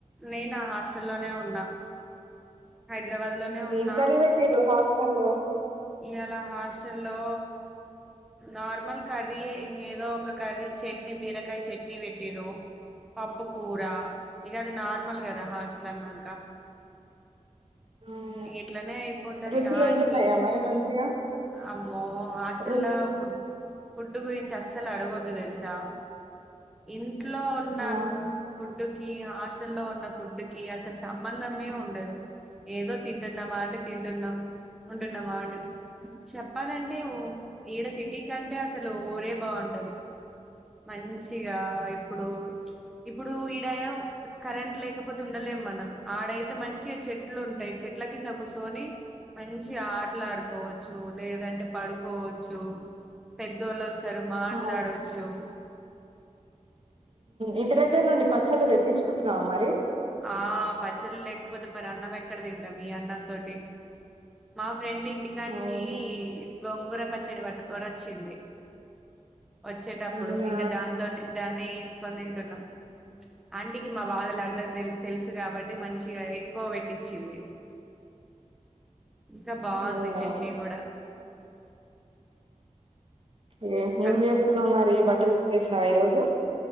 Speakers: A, in the centre; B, on the right (about 45°).
A: నే నా హాస్టల్లోనే ఉన్నా హైదరాబాద్ లోనే
B: ఇంకేం
A: ఉన్నా
B: కర్రీ పెట్టిర్రు హాస్టల్లో
A: ఇవాళ హాస్టల్ లో నార్మల్ కర్రీయే ఇంగ ఏదో ఒక కర్రీ చట్నీ బీరకాయ చట్నీ పెట్టిర్రు పప్పు కూర ఇక అది నార్మల్ కదా హాస్టల్ అన్నాక
B: అవును
A: ఇగిట్లనే అయిపోతది
B: రుచులు
A: హాస్టల్
B: ఉంటున్నాయా మరి మంచిగా
A: అమ్మో హాస్టల్
B: రుచి
A: లా ఫుడ్ ఫుడ్ గురించి అస్సలు అడగొద్దు తెలుసా ఇంత్ ఇంట్లో ఉన్నాం
B: ఆ
A: ఫుడ్ కీ హాస్టల్ లో ఉన్న ఫుడ్ కి అసలు సంబంధమే ఉండదు ఏదో తింటున్నామా అంటడి తింటున్నాం ఉంటున్నామా ఉంట చెప్పాలండి ఈడ సిటీ క అంటే అసలు ఊరే బాగుంటది మంచిగా ఇప్పుడు ఇప్పుడు ఈడ కరెంట్ లేకపోతే ఉండలేము మనం ఆడైతే మంచిగా చెట్ చెట్లు ఉంటాయి చెట్ల కింద కూర్చొని మంచి ఆటలుడుకోవచ్చు లేదంటే పడుకోవచ్చు పెద్దోళ సారు మాట్లాడచ్చు
B: అవు ఇంటి దగ్గర నుండి పచ్చళ్ళ తె తీసుకుంటున్నావా మరి
A: ఆ పచ్చళ్ళ లేకపోతే మరి అన్నం ఎక్కడ తింటా మీ అన్న తోటి మా ఫ్రెండ్ ఇంటికాంచి
B: అవును
A: గోంగూర పచ్చడి పట్టుకొని వచ్చింది వచ్చేటప్పుడు
B: అవునా
A: ఇంకా దాంతో దాన్ని ఏసుకొని తింటున్నం ఆంటీకి మా బాధలు ఆడు తెలుసు కాబట్టి మంచిగా ఎక్కువ పెట్టించింది ఇంకా బాగుంది
B: అవునవును
A: చట్నీ కూడా
B: ఏ ఏం
A: అక్-
B: చేస్తున్నా మరి బట్టలు ఉతికేసినవా ఈ రోజు